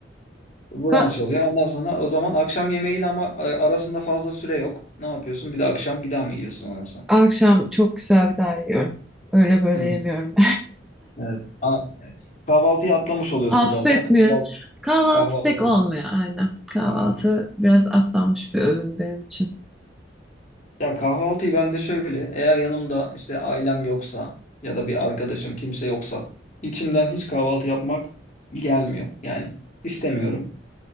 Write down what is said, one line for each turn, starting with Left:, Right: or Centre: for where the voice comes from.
Left: Brunch
Centre: Ben
Left: oluyor. Ondan sonra o zaman akşam yemeğiyle ama e, arasında fazla süre yok. Ne yapıyorsun? Bir de akşam bir daha mı yiyorsun ondan sonra?
Centre: akşam çok güzel bir daha yiyorum. Öyle böyle
Left: Hı.
Centre: yemiyorum.
Left: Evet. A- Kahvaltıyı atlamış
Centre: <laughs>
Left: oluyorsun
Centre: Affetmiyorum.
Left: zaten. Kahvaltı,
Centre: Kahvaltı
Left: kahvaltı
Centre: pek olmuyor
Left: yok.
Centre: aynen. Kahvaltı
Left: Hmm.
Centre: biraz atlanmış bir öğün benim için.
Left: Ya kahvaltıyı ben de şöyle, eğer yanımda işte ailem yoksa ya da bir arkadaşım kimse yoksa içimden hiç kahvaltı yapmak gelmiyor. Yani istemiyorum.